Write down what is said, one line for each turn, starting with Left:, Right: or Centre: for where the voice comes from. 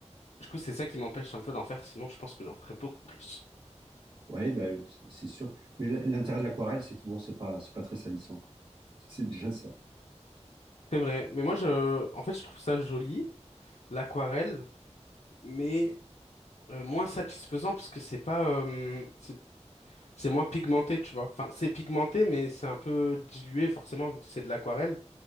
Left: Du coup, c'est ça qui m'empêche un peu d'en faire, sinon je pense que j'en ferais beaucoup plus.
Right: Ouais, bah, c'est c'est sûr. Mais l- l'intérêt de l'aquarelle, c'est que bon, c'est pas, c'est pas très salissant, quoi. <laughs> C'est déjà ça.
Left: C'est vrai, mais moi, je, en fait, je trouve ça joli, l'aquarelle, mais euh, moins satisfaisant parce que c'est pas euh, c'est c'est moins pigmenté tu vois enfin c'est pigmenté mais c'est un peu dilué forcément vu que c'est de l'aquarelle